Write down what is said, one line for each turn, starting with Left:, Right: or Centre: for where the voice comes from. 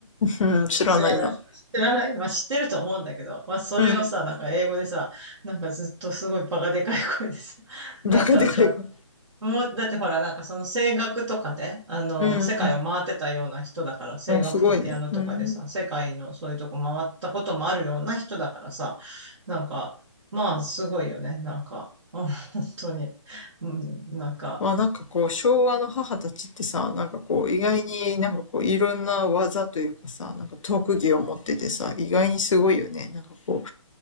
Left: うん、知らないな。
Right: 知らない。知らない。まあ、知ってると思うんだけど、まあ、それをさ、
Left: うん。
Right: なんか英語でさ、なんかずっとすごいバカでかい声でさ、<laughs>
Left: バカでかい声。
Right: なんか歌っもう、だってほら、なんかその声楽とかで、あの、
Left: うんう
Right: 世界を回ってたような人だから、声楽とピアノとかでさ、
Left: ん。あ、すごいね。うん。
Right: 世界のそういうとこ回ったこともあるような人だからさ、なんか、まあ、すごいよね。なんか、あ本当に。うん、なんか、
Left: まあなんかこう、昭和の母たちってさ、なんかこう、意外になんかこう、いろんな技というかさ、なんか特技を持っててさ、意外にすごいよね。なんかこ